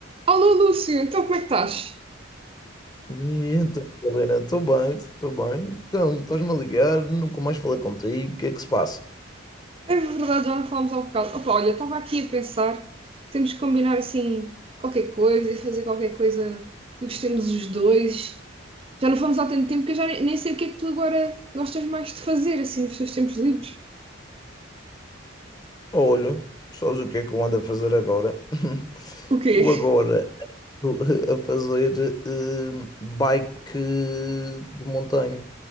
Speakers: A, on the right; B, on the left.
A: Alô, Lúcio, então como é que estás?
B: E então, Helena, estou bem, estou bem. Então, estás-me a ligar, nunca mais falei contigo, o que é que se passa?
A: É verdade, já não falamos há um bocado. Opa, olha, estava aqui a pensar, temos que combinar assim qualquer coisa e fazer qualquer coisa que gostemos os dois. Já não fomos há tanto tempo que eu já nem, nem sei o que é que tu agora gostas mais de fazer, assim, nos teus tempos livres.
B: Olha, sabes o que é que eu ando a fazer agora? <laughs>
A: O quê?
B: Eu agora estou a fazer eh, bike de montanha.